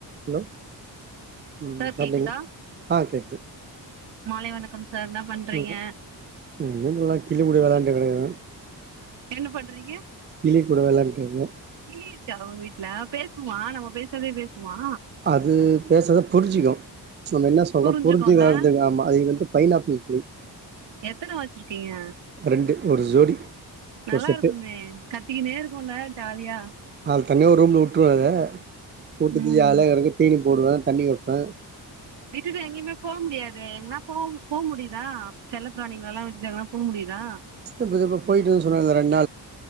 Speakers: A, on the right; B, on the right.
A: Hello ம்
B: sir
A: <unintelligible>
B: கேக்குதா
A: ஆ கேக்கு
B: மாலை வணக்கம் சார் என்ன பண்றீங்க
A: ஒன்னு இல்ல கிளிங் கூட வெளாண் <unintelligible>
B: என்ன பண்றீங்க
A: கிளி கூட வெளாண்டுருகே
B: களீ ருக்கா உங் வீட்ல பேசுமா நம்ம பேசுற்தே பேஸ் மா
A: அது பேசுறத புர்ஞ்சிக்கு நம்ம என்ன சொல்றோ
B: புரிஞ்சுக்கும்ல
A: புருஞ்சு வளர்துல ஆமா அது வந்து பைனாப்பிள் கிளி
B: எத்தன வச்சிருக்கீங்க
A: ரெண்டு ஒரு சோடி
B: நல்லா
A: ஒர் செட்டு
B: இருக்குமே கத்திக்கினே இருக்கும்ல ஜாலியா
A: ஆல் தனிய ஒரு ரூம்ல உட்ருவே அத உட்டு
B: ம்
A: தியாலியா கேடக்கு தீனிப் போடுவே தண்ணி வேப்பே
B: வீட்டுட்டு எங்கியுமேப் போ முடியாது எங்னா போவ் போ முடிதா செல்ல ப்ராணிங்ளலா விட்டுட்டு எங்னா போ முடித் தா
A: இப்ப இப்ப போயிட்டுன்னு சொன்னேல ரெண்டு